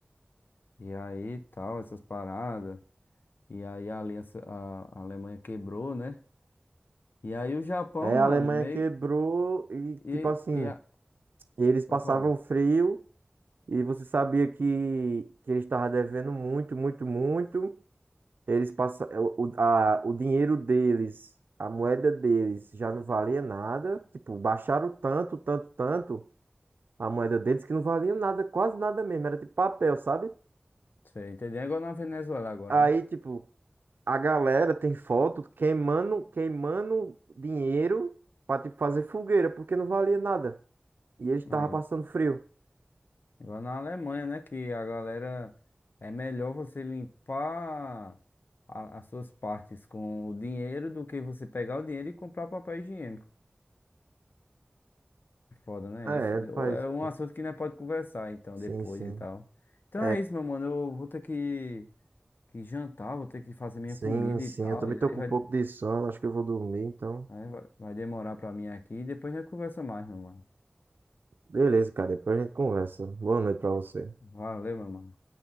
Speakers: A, on the left; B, on the right.
A: E aí tal, essas paradas. E aí a aliança, a, a Alemanha quebrou, né? E aí o Japão,
B: É,
A: mano,
B: a Alemanha
A: meio.
B: quebrou e,
A: E,
B: tipo assim.
A: e a,
B: E eles passavam
A: pode falar.
B: frio e você sabia que, que eles estavam devendo muito, muito, muito. Eles passa, o, o- a, o dinheiro deles, a moeda deles já não valia nada. Tipo, baixaram tanto, tanto, tanto a moeda deles que não valia nada, quase nada mesmo. Era tipo papel, sabe?
A: Você entendeu? É igual na Venezuela agora,
B: Aí, tipo, a galera tem foto queimando, queimando dinheiro pra, tipo, fazer fogueira, porque não valia nada. E eles estavam
A: né?
B: passando frio.
A: Igual na Alemanha, né? Que a galera é melhor você limpar a- as suas partes com o dinheiro do que você pegar o dinheiro e comprar papel higiênico. É Foda, né?
B: É,
A: Isso
B: faz.
A: é um assunto que nós pode conversar então
B: Sim,
A: depois
B: sim.
A: e tal. Então
B: É,
A: é isso, meu mano. Eu vou ter que, que jantar, vou ter que fazer minha
B: Sim,
A: comida
B: sim,
A: e tal.
B: eu também
A: E
B: tô
A: aí
B: com
A: vai,
B: um pouco de sono, acho que eu vou dormir, então.
A: aí vai vai demorar pra mim aqui. E depois a gente conversa mais, meu mano.
B: Beleza, cara, depois a gente conversa. Boa noite pra você.
A: Valeu, meu mano.